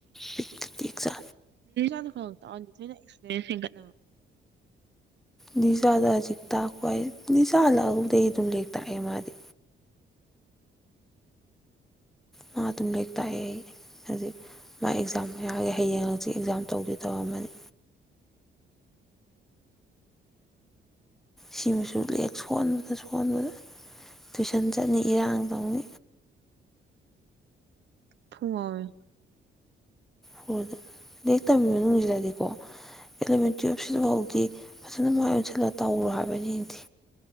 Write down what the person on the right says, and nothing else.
ꯥꯗ ꯈ ꯇꯥꯑꯗꯤ ꯊꯣꯏꯅ ꯑꯦꯛꯁꯄꯤꯔꯟꯁ ꯍꯦꯟꯒꯠꯅꯕ
ꯊꯨꯡ ꯑꯣꯏ